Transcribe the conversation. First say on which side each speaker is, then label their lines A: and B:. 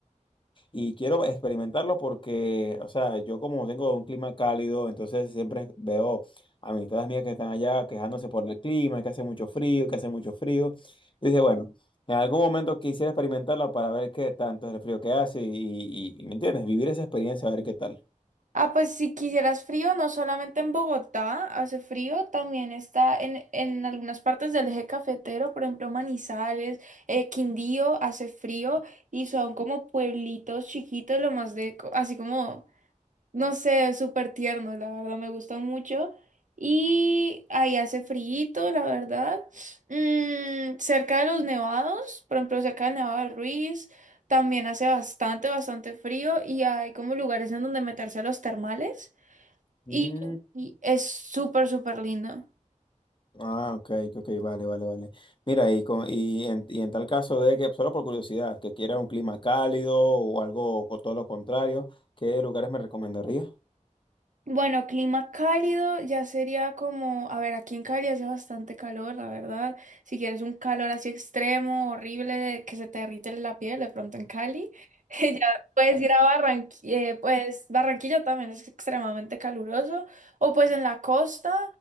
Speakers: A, on the left; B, on the right.
A: Y quiero experimentarlo porque, o sea, yo como tengo un clima cálido, entonces siempre veo a amistades mías que están allá quejándose por el clima, que hace mucho frío, que hace mucho frío. Y dije, bueno, en algún momento quisiera experimentarlo para ver qué tanto es el frío que hace y, y- y, ¿me entiendes? Vivir esa experiencia, a ver qué tal.
B: Ah, pues si quisieras frío, no solamente en Bogotá hace frío, también está en, en algunas partes del eje cafetero, por ejemplo, Manizales, eh, Quindío hace frío y son como pueblitos chiquitos, lo más de, co- así como... No sé, es súper tierno, la verdad, me gusta mucho. Y ahí hace frío la verdad. Mm, cerca de los nevados, por ejemplo, cerca del Nevado del Ruiz, también hace bastante, bastante frío y hay como lugares en donde meterse a los termales.
A: Mm,
B: Y, y es súper, súper lindo.
A: ah, ok, ok, vale, vale, vale. Mira, y, con, y, en, y en tal caso de que, solo por curiosidad, que quiera un clima cálido o algo, o todo lo contrario, ¿qué lugares me recomendarías?
B: Bueno, clima cálido ya sería como, a ver, aquí en Cali hace bastante calor, la verdad. Si quieres un calor así extremo, horrible, de que se te derrite la piel, de pronto en Cali, <laughs> ya puedes ir a Barranquilla, pues Barranquilla también es extremadamente caluroso, o pues en la costa,